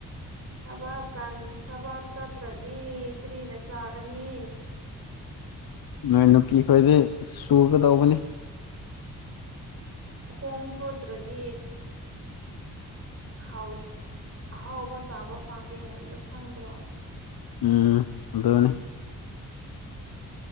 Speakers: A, on the right; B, on the left.
A: ꯊ ꯊꯕꯛ ꯆꯠꯇ꯭ꯔꯗꯤ ꯀꯔꯤꯅ ꯆꯥꯒꯅꯤ
B: ꯅꯣꯏ ꯅꯨꯄꯤ ꯈꯣꯏꯗꯤ ꯁꯨꯒ ꯇꯧꯕꯅꯤ
A: ꯈꯣꯡꯣꯡꯆꯣꯇ꯭ꯔ ꯗꯠ ꯥꯎ ꯑꯍꯥꯎꯕ ꯆꯥꯕ ꯐꯪꯗꯦ ꯍꯥꯏꯕꯗꯨꯣ ꯈꯪꯗ꯭ꯔꯣ
B: ꯎꯝ ꯑꯗꯅꯤ